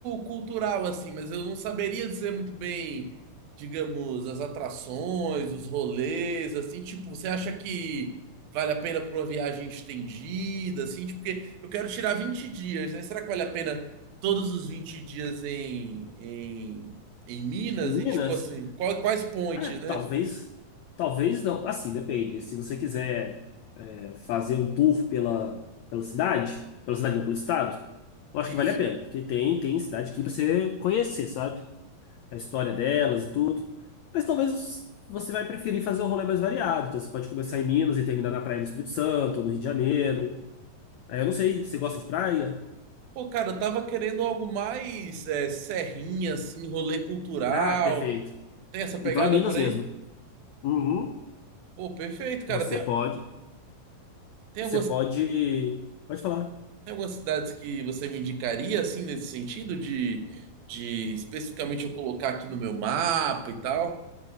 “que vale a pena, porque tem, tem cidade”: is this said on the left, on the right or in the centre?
Left